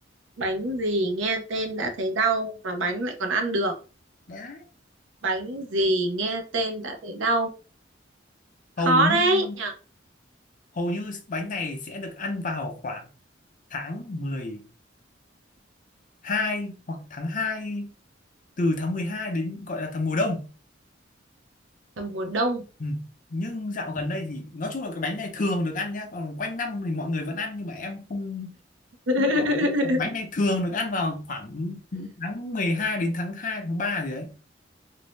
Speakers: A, on the right; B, on the left.
A: bánh gì nghe tên đã thấy đau mà bánh lại còn ăn được
B: đấy
A: bánh gì nghe tên đã thấy đau khó
B: hầu như
A: đấy nhỉ
B: hầu như bánh này sẽ được ăn vào khoảng tháng mười hai hoặc tháng hai từ tháng 12 đến gọi là tháng mùa đông
A: là mùa đông
B: ừ. nhưng dạo gần đây thì nói chung là cái bánh này thường được ăn nhá còn quanh năm thì mọi người vẫn ăn nhưng mà em không
A: <laughs>
B: không có bánh này thường được ăn vào khoảng tháng 12 đến tháng hai tháng 3 gì đấy